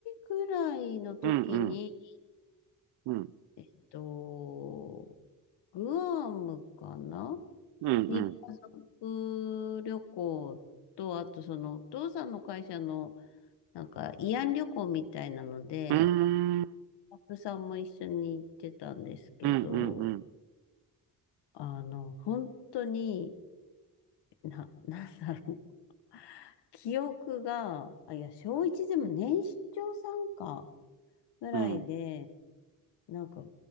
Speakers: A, on the left; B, on the right.
A: ぐらいの時に、
B: うん、うん、うん、
A: えっと、グアムかな
B: うん、
A: に家族旅行と、
B: うん。
A: あとそのお父さんの会社のなんか慰安旅行みたいなので、
B: うーん、
A: スタッフさんも一緒に行ってたんですけど、
B: うん、うん、うん、
A: あの、本当に、な、<laughs> なんだろう。記憶が、あ、いや、小1でも年長さんかぐらいで、
B: うん、
A: なんか、